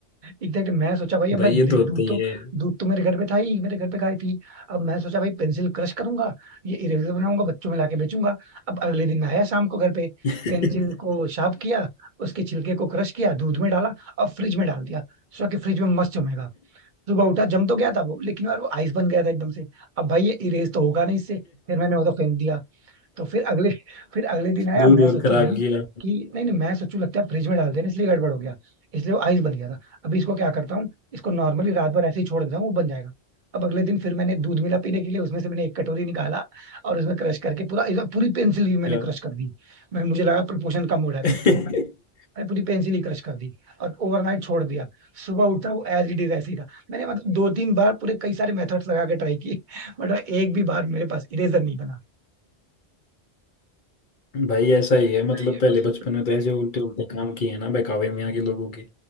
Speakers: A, on the right (about 50°); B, on the left (about 55°).
A: एग्जैक्ट मैं सोचा भाई अब
B: भाई
A: मैं
B: ये
A: दे-
B: तो होता
A: दूध
B: ही
A: तो
B: है
A: दूध तो मेरे घर पे था ही मेरे घर पे गाय थी अब मैं सोचा भाई पेंसिल क्रश करूंगा ये इरेजर बनाऊंगा बच्चों में लाके बेचूंगा अब अगले दिन मैं आया शाम को घर पे
B: <laughs>
A: पेंसिल को शार्प किया उसके छिलके को क्रश किया दूध में डाला और फ्रिज में डाल दिया सोचा कि फ्रिज में मस्त जमेगा सुबह उठा जम तो गया था वो लेकिन यार वो आइस बन गया था एकदम से अब भाई ये इरेज तो होगा नहीं इससे फिर मैंने वो तो फेंक दिया तो फिर अगले फिर अगले दिन आया
B: दूध
A: मैं सोचू
B: और खराब
A: भाई
B: किया
A: कि नहीं नहीं मैं सोचू लगता है फ्रिज में डाल देना इसलिए गड़बड़ हो गया इसलिए वो आइस बन गया था अभी इसको क्या करता हूँ इसको नॉर्मली रात भर ऐसे ही छोड़ देता हूँ वो बन जाएगा अब अगले दिन फिर मैंने दूध मिला पीने के लिए उसमें से मैंने एक कटोरी निकाला और उसमें क्रश करके पूरा इस बार पूरी पेंसिल ही मैंने
B: क्या
A: क्रश कर दी मैं मुझे लगा प्रोपोर्शन कम हो रहा
B: <laughs>
A: है कुछ तो मैंने पूरी पेंसिल ही क्रश कर दी और ओवरनाइट छोड़ दिया सुबह उठा वो एज इट इज ऐसे ही था मैंने मतलब दो तीन बार पूरे कई सारे मेथड्स लगा के ट्राई की <laughs> बट एक भी बार मेरे पास इरेजर नहीं बना
B: भाई ऐसा ही है मतलब
A: सही है
B: पहले
A: मतलब
B: बचपन में तो ऐसे उल्टे उल्टे काम किए हैं ना बहकावे में आके लोगों के